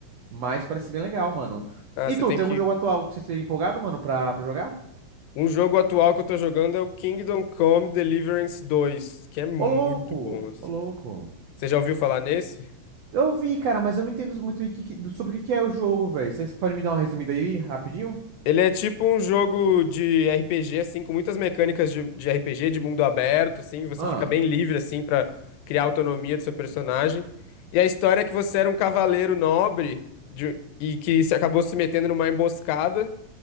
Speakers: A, on the right; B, on the left.
A: mas parece bem legal, mano.
B: ah,
A: E
B: você
A: tu,
B: tem
A: tem
B: que.
A: algum jogo atual que você esteja empolgado, mano, pra, pra jogar?
B: Um jogo atual que eu tô jogando é o Kingdom Come Deliverance 2, que é muito
A: Ô, louco!
B: bom, assim.
A: Ô, louco!
B: Você já ouviu falar nesse?
A: Eu vi, cara, mas eu não entendo muito o que que- do- sobre o que que é o jogo, velho. Vocês podem me dar uma resumida aí, rapidinho?
B: Ele é tipo um jogo de RPG, assim, com muitas mecânicas de, de RPG, de mundo aberto, assim. Você
A: Ah,
B: fica bem livre, assim, pra criar a autonomia do seu personagem. E a história é que você era um cavaleiro nobre de- e que se acabou se metendo numa emboscada.